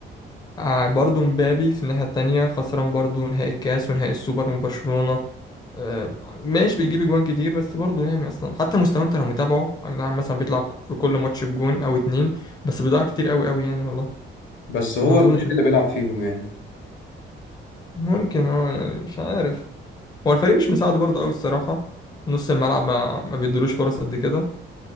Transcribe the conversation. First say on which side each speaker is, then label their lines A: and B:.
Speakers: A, on the left; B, on the left.
A: آه، برضه مبابي في الناحية التانية خسران برضه نهائي الكاس ونهائي السوبر من برشلونة آه، ماشي بيجيب اجوان كتير بس برضه يعني اصلا حتى مستواه انت لو متابعه اي نعم مثلا بيطلع في كل ماتش بجون او اتنين بس بيضيع كتير قوي قوي يعني والله
B: بس هو
A: ما اظنش
B: الوحيد اللي بيلعب فيهم يعني
A: ممكن اه يعني مش عارف هو الفريق مش مساعده برضه قوي الصراحه نص الملعب ما ما بيدولوش فرص قد كده